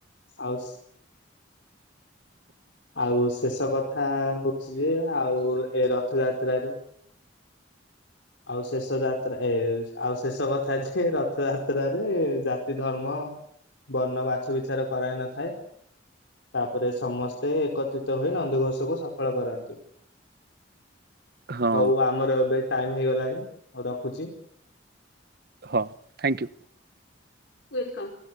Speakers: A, on the left; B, on the right.
A: ଆଉ ସ୍ ଆଉ ଶେଷ କଥା ହଉଚି ଯେ ଆଉ ଏ ରଥଯାତ୍ରାରେ ଆଉ ଶେଷ ଯାତ୍ରା -ଏ ଆଉ ଶେଷ କଥା ଯେ ରଥ ଯାତ୍ରାରେ ଜାତି ଧର୍ମ ବର୍ଣ୍ଣ ବାଛ ବିଚାର କରା ହେଇନଥାଏ ତାପରେ ସମସ୍ତେ ଏକତ୍ରିତ ହୋଇ ନନ୍ଦିଘୋଷ କୁ ସଫଳ କରାନ୍ତି।
B: ହଁ
A: ହଉ ଆମର ଏବେ ଟାଇମ୍ ହେଇଗଲାଣି ହଉ ରଖୁଚି।
B: ହଁ ଥ୍ୟାଙ୍କୟୁ।
A: ୱେଲକମ୍।